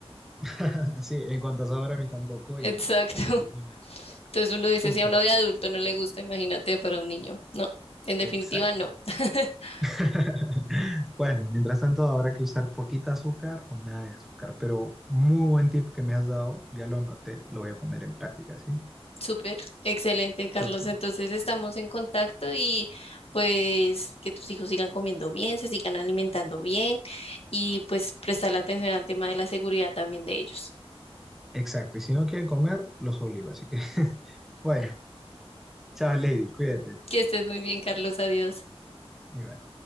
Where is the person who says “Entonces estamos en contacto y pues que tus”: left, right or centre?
Left